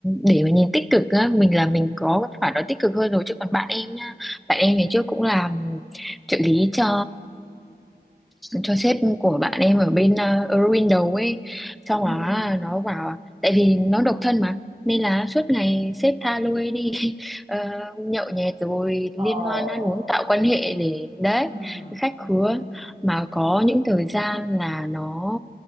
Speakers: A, in the centre; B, on the right.
A: để mà nhìn tích cực á mình là mình có cái khoản đó tích cực hơn rồi chứ còn bạn em nhá bạn em ngày trước cũng làm trợ lý cho cho sếp của bạn em ở bên uh, Eurowindow ấy xong
B: Ừ.
A: đó là nó bảo tại vì nó độc thân mà nên là suốt ngày sếp tha lôi đi <laughs> ờ, nhậu nhẹt rồi liên
B: Ồ.
A: hoan ăn uống tạo quan hệ để đấy
B: Ừ.
A: khách
B: Ừ.
A: khứa mà có những thời gian là nó